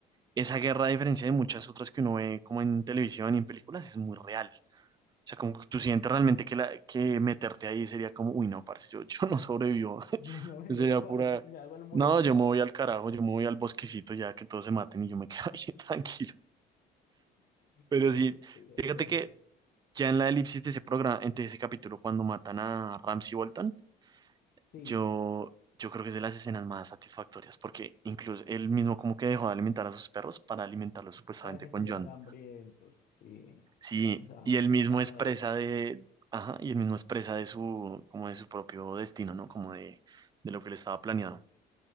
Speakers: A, on the right; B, on the left.
A: Esa guerra, a diferencia de muchas otras que uno ve como en televisión y en películas, es muy real. O sea, como que tú sientes realmente que, la, que meterte ahí sería como, uy, no, parce, yo, <laughs> yo no sobrevivo. <laughs>
B: Yo no me
A: Sería
B: meto
A: pura,
B: ahí, <laughs> me hago el muerto.
A: no, yo me voy al carajo, yo me voy al bosquecito ya que todos se maten y yo me <laughs> quedo ahí tranquilo.
B: Sí,
A: Pero
B: sí,
A: sí,
B: sí, estoy de
A: fíjate
B: acuerdo.
A: que ya en la elipsis de ese programa, de ese capítulo, cuando matan a Ramsay Bolton,
B: Sí,
A: yo, yo creo que es de las escenas más satisfactorias, porque incluso él mismo como que dejó de alimentar a sus perros para alimentarlos supuestamente
B: para que estuvieran
A: con John.
B: hambrientos, sí,
A: Sí,
B: estaban
A: y él mismo
B: famélicos.
A: es presa de, ajá, y él mismo es presa de su, como de su propio destino, ¿no? Como de, de lo que le estaba planeado.